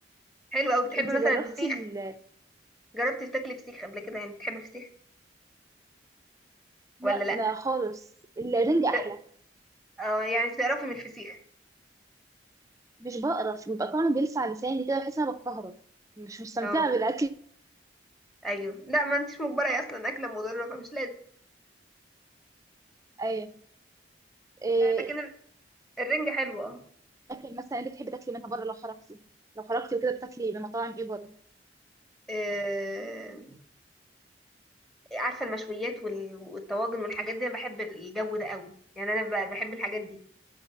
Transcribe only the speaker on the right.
انت
جربتي
ال...
لا
ما خالص الرنج
احلى
مش بقرف بيبقى طعمه بيلسع لساني كده بحس ان انا بتكهرب مش مستمتعه
بالاكل
ايه إيه،
الاكل مثلا انت بتحبي تاكلي منها بره لو خرجتي لو خرجتي وكده بتاكلي من مطاعم ايه بره